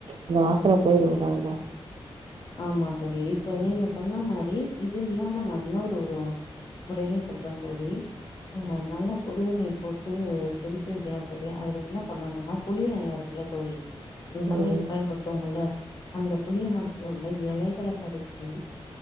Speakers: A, on the right; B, on the left.
A: அந்த வாசன போயிரு உடல்ல
B: ஆமா தோழி இப்ப நீங்க சொன்ன மாரி இது இல்லாம நா இன்னொரு ஒரு முறையு சொல்றன் தோழி நல்லா சுடுதண்ணிய போட்டு கொதிக்க வெக்கணு தோழி அதுல என்ன பண்ணனும்னா புளி எல இருக்குல்ல தோழி நம் சமயலுக்கு
A: ம்
B: பயன்படுத்துவம்ல்ல அந்த புளிய மர துள்ள எலைகள பறிச்சு